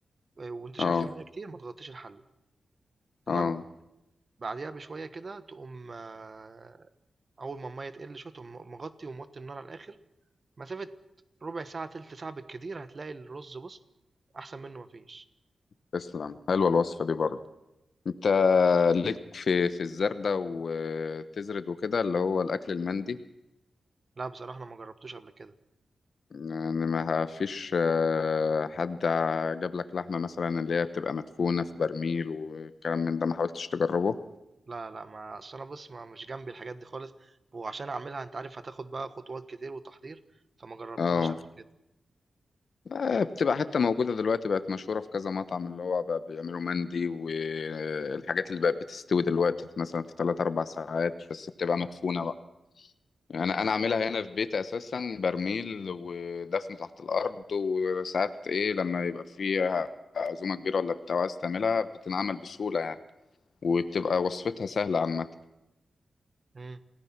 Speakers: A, on the right; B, on the left.
A: آه، وانت شايف
B: اه
A: في ميه كتير ما تغطيش الحله تمام
B: اه
A: بعديها بشويه كده تقوم آه، اول ما الميه تقل شويه تقوم مغطي وموطي النار على الاخر مسافه ربع ساعه تلت ساعه بالكتير هتلاقي الرز بص احسن منه مفيش
B: تسلم حلوة الوصفة دي برضو انت ليك في في الزردة وتزرد وكده اللي هو الاكل المندي
A: لأ بصراحة أنا ما جرّبتوش قبل كده،
B: يعني ما فيش آه، حد جاب لك لحمة مثلا اللي هي بتبقى مدفونة في برميل والكلام من ده ما حاولتش تجربه
A: لا، لأ، ما أصل أنا بُص ما مش جنبي الحاجات دي خالص، وعشان أعملها أنت عارف هتاخد بقى خطوات كتير وتحضير، فما جرّبتهاش
B: اه
A: قبل كده.
B: آه، بتبقى حتى موجودة دلوقتي بقت مشهورة في كذا مطعم اللي هو بقى بيعملوا مندي والحاجات اللي بقت بتستوي دلوقتي في مثلا في 3 4 ساعات بس بتبقى مدفونة بقى. انا انا عاملها هنا في بيتي اساسا برميل ودفن تحت الارض وساعات ايه لما يبقى فيها عزومه كبيره ولا بتاع عايز تعملها بتنعمل بسهوله يعني وبتبقى وصفتها سهله عامه
A: إمم،